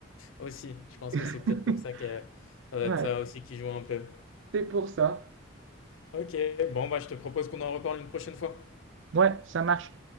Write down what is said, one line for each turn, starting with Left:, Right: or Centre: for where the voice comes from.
Left: Aussi, je pense que
Right: <laughs>
Left: c'est peut-être pour ça que ça doit
Right: Ouais,
Left: être ça aussi qui joue un peu.
Right: c'est pour ça.
Left: OK, bon, bah, je te propose qu'on en reparle une prochaine fois.
Right: Ouais, ça marche.